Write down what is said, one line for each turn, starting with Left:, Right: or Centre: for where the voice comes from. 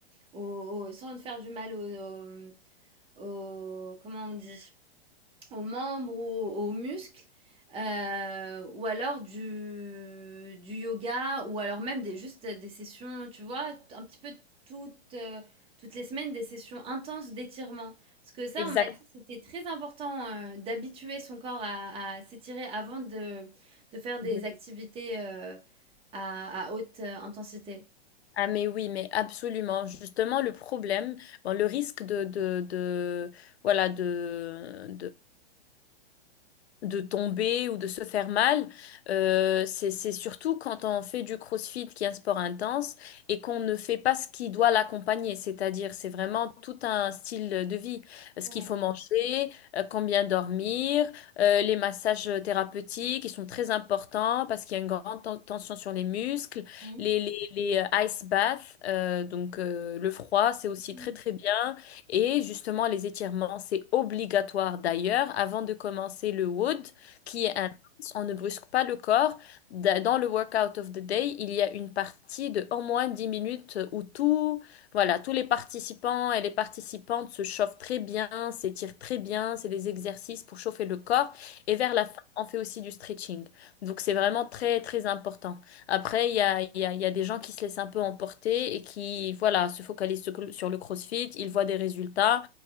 Right: au, au- sans te faire du mal au, au- au- comment on dit, aux membres ou aux, aux muscles, euh, ou alors du, du yoga, ou alors même des, juste des sessions, tu vois, un petit peu toutes, euh, toutes les semaines, des sessions intenses d'étirement. Parce que ça,
Left: exact.
Right: on m'a dit, que c'était très important euh, d'habituer son corps à, à s'étirer avant de, de faire des
Left: De-
Right: activités euh, à, à haute euh, intensité.
Left: Ah mais oui, mais absolument. Justement, le problème, bon, le risque de, de, de- voilà, de, de tomber ou de se faire mal. Euh, c'est, c'est surtout quand on fait du crossfit qui est un sport intense et qu'on ne fait pas ce qui doit l'accompagner. C'est-à-dire, c'est vraiment tout un style de vie. Ce
Right: Ouais.
Left: qu'il faut manger, euh, combien dormir, euh, les massages thérapeutiques, ils sont très importants parce qu'il y a une grande ten- tension sur les muscles.
Right: Mhm.
Left: Les, les, les euh, ice baths, euh, donc euh, le froid, c'est aussi
Right: Mhm.
Left: très très bien. Et justement, les étirements, c'est obligatoire d'ailleurs. Avant de commencer le wood, qui est intense, on ne brusque pas le corps. Da- Dans le workout of the day, il y a une partie de au moins 10 minutes où tout, voilà, tous les participants et les participantes se chauffent très bien, s'étirent très bien. C'est des exercices pour chauffer le corps. Et vers la fin, on fait aussi du stretching. Donc, c'est vraiment très, très important. Après, il y a, il y a- il y a des gens qui se laissent un peu emporter et qui, voilà, se focalisent sur sur le CrossFit, ils voient des résultats